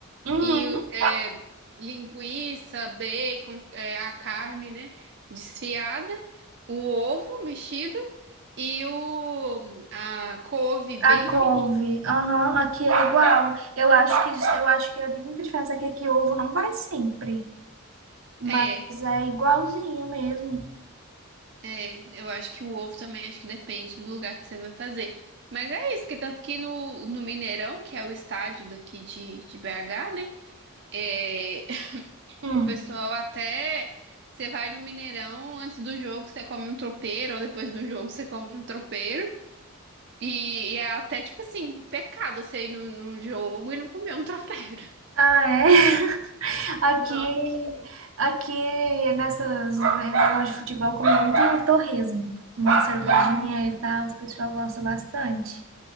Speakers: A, on the right; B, on the right.
A: Uhum.
B: E é, linguiça, bacon, é, a carne, né? Desfiada, o ovo mexido e o, a couve bem
A: A couve,
B: fininha.
A: aham, aqui é igual. Eu acho que eu acho que a única diferença aqui é que ovo não vai sempre, mas
B: É,
A: é igualzinho mesmo.
B: é, eu acho que o ovo também acho que depende do lugar que você vai fazer. Mas é isso, porque tanto que no, no Mineirão, que é o estádio daqui de, de BH, né? é, <laughs>
A: Hum.
B: o pessoal até. Você vai no Mineirão, antes do jogo você come um tropeiro, ou depois do jogo você come um tropeiro. E, e é até, tipo assim, pecado você ir num num jogo e não comer um <laughs> tropeiro.
A: Ah, é? <laughs> Aqui,
B: Nossa, que...
A: aqui nessas né, negócio de futebol come muito torresmo, uma cervejinha
B: Hum.
A: e tal, os pessoal gosta bastante.